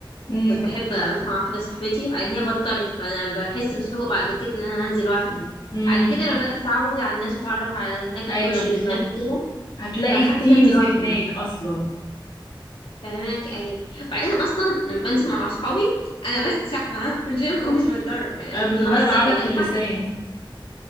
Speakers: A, on the left; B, on the left.
A: امم
B: كنت بحب اروح مع واحده صاحبتي بعدين هي بطلت فانا بحس بصعوبه بعد كده ان انا هنزل لوحدي
A: امم
B: بعد كده لما بدات اتعود على الناس واتعرف على هناك الكوتش
A: ايوه بالظبط
B: اللي هناك وكده
A: هتلاقي
B: فحبيت
A: التيمز
B: انزل لوحدي
A: هناك اصلا
B: فهماك ايوه بعدين اصلا لما بنزل مع اصحابي انا بسرح معاهم في الجيم ومش بتدرب يعني
A: آه،
B: بنهزر
A: بنمرن عضلة
B: ونضحك
A: اللسان